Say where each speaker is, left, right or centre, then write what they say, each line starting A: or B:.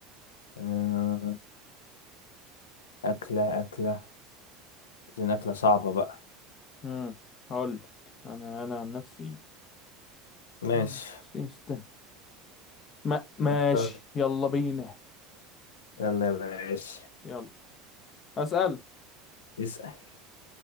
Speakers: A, on the left; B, on the left.
A: آه، أكلة أكلة عايزين أكلة صعبة بقى
B: امم هقول لك انا انا عن نفسي
A: ماشي
B: نفسي- استنى ما ماشي
A: طب
B: يلا بينا
A: يلا يا باشا
B: يلا اسال
A: اسأل